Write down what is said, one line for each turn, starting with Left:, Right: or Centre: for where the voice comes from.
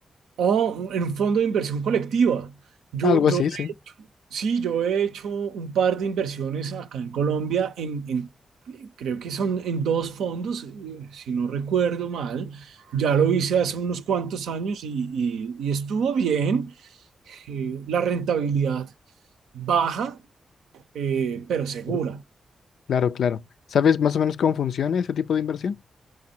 Right: O en un fondo de inversión colectiva. Yo,
Left: Algo
Right: yo
Left: así, sí.
Right: Sí, yo he hecho un par de inversiones acá en Colombia, en, en- creo que son en dos fondos, eh, si no recuerdo mal. Ya lo hice hace unos cuantos años y, y- y estuvo bien. Eh, la rentabilidad baja, eh, pero segura.
Left: Sí. Claro, claro. ¿Sabes más o menos cómo funciona ese tipo de inversión?